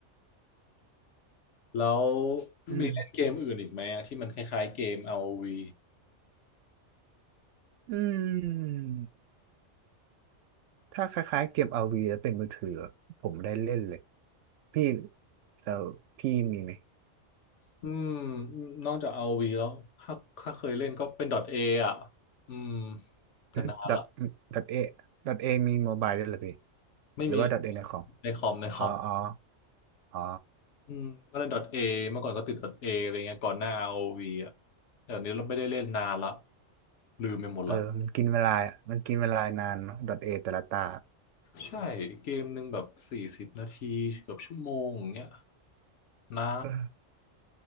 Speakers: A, on the left (about 70°); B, on the right (about 75°).
A: แล้ว
B: อืม
A: มีเล่นเกมอื่นอีกไหมอะที่มันคล้ายๆเกม r วี
B: อืมถ้าคล้ายๆเกมเอาร์วีแล้วเป็นมือถือผมได้เล่นเลยพี่แล้วพี่มีไหม
A: อืมนอกจากอาร์โอวีแล้วถ้าถ้าเคยเล่นก็เป็น .A อ่ะอืมแต่นานละ
B: อืมดอทดอทเอดอทเอมีโมบายด้วยเหรอพี่
A: ไม่มี
B: หรือว่าดอทเอในคอม
A: ในคอมในคอม
B: อ๋ออ๋ออ๋อ
A: อืมก็เล่น .A เมื่อก่อนก็ติด .A อะไรเงี้ยก่อนหน้า r o ีอ่ะแต่อันนี้เราไม่ได้เล่นนานละลืมไปหมดละ
B: เออ มันกินเวลามันกินเวลานานเนาะดอทเอแต่ละตา
A: ใช่เกมหนึ่งแบบสี่สิบนาทีเกือบชั่วโมงอย่างเงี้ยนะ
B: เออ